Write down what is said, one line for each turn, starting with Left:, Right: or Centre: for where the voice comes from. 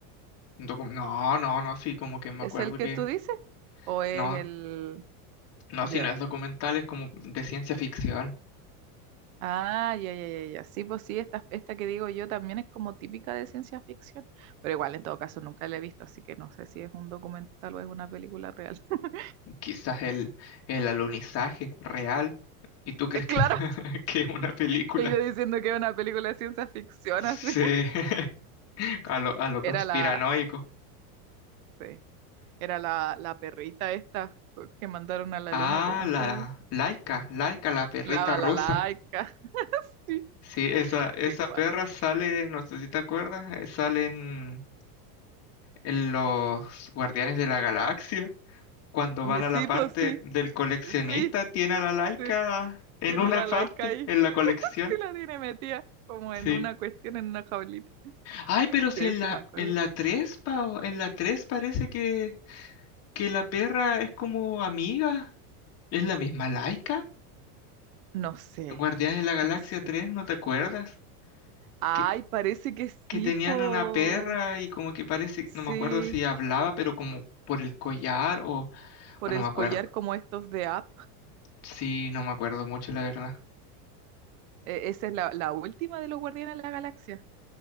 Left: Un Docu- No, no, no, sí, como que me
Right: ¿Es
Left: acuerdo
Right: el que
Left: que
Right: tú dices? ¿O es
Left: no,
Right: el...?
Left: no,
Right: Ya.
Left: si no es documental, es como de ciencia ficción,
Right: Ah, ya, ya, ya, ya. Sí, pues sí, esta, esta que digo yo también es como típica de ciencia ficción, pero igual en todo caso nunca la he visto, así que no sé si es un documental o es una película real. <laughs>
Left: quizás el, el alunizaje real. ¿Y tú crees
Right: Eh, Claro,
Left: que, <laughs>
Right: <laughs>
Left: que es una película?
Right: Y yo diciendo que es una película de ciencia ficción,
Left: Sí.
Right: así. <laughs>
Left: <laughs> A lo, a lo conspiranoico.
Right: Era la... sí. Era la, la perrita esta pues, que mandaron a la luna,
Left: Ah,
Right: ¿cómo es que
Left: la
Right: se
Left: Laika, Laika, la perrita
Right: La balalaica.
Left: rusa.
Right: <laughs> Sí,
Left: Sí, esa, esa
Right: qué cuático.
Left: perra sale, no sé si te acuerdas, eh, sale en, en los Guardianes de la Galaxia. Cuando
Right: Me-
Left: van a
Right: Sí,
Left: la parte
Right: pues sí,
Left: del coleccionista,
Right: sí,
Left: tiene a la Laika
Right: sí,
Left: en
Right: tiene
Left: una
Right: la
Left: parte,
Right: laica ahí.
Left: en la colección.
Right: <laughs> Sí la tiene metida, como
Left: Sí.
Right: en una cuestión, en una jaulita.
Left: Ay, pero si
Right: Sí,
Left: en
Right: sí,
Left: la,
Right: me acuerdo.
Left: en la 3, Pao, en la 3 parece que, que la perra es como amiga. ¿Es la misma Laika?
Right: No sé,
Left: Guardianes de la Galaxia
Right: no sé.
Left: 3, ¿no te acuerdas?
Right: Ay,
Left: Que,
Right: parece que sí,
Left: que tenían
Right: po.
Left: una perra y como que parece,
Right: Sí,
Left: no me acuerdo si hablaba, pero como por el collar o,
Right: por
Left: o no
Right: el
Left: me acuerdo.
Right: collar como estos de App.
Left: Sí, no me acuerdo mucho, la verdad.
Right: E- esa es la, la última de los Guardianes de la Galaxia.